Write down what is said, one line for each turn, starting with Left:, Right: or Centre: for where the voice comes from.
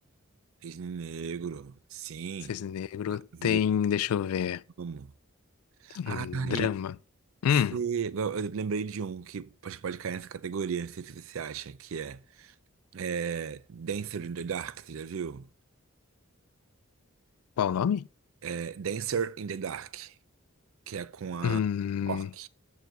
Right: Cisne Negro, sim,
Left: Cisne Negro
Right: vi,
Left: tem, deixa eu ver,
Right: amo. Ai,
Left: um drama. Hum,
Right: se, eu lembrei de um que acho que pode cair nessa categoria, não sei se você acha que é. É, Dancer in the Dark, você já viu?
Left: qual o nome?
Right: É, Dancer in the Dark, que é com a
Left: Hum.
Right: Orc,